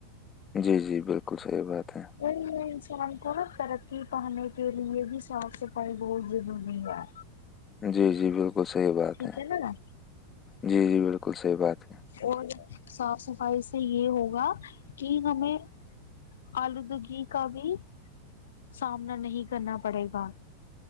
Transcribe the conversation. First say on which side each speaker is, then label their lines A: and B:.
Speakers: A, on the left; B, on the left.
A: جی جی بالکل صحیح بات ہے
B: یہ ہے انسان کو ترقی پانے کے لیے بھی صاف صفائی بہت ضروری ہے
A: جی جی بالکل صحیح بات
B: ٹھیک
A: ہے
B: نا
A: جی جی بالکل صحیح بات ہے
B: اور صاف صفائی سے یہ ہوگا کہ ہمیں آلودگی کا بھی سامنا نہیں کرنا پڑے گا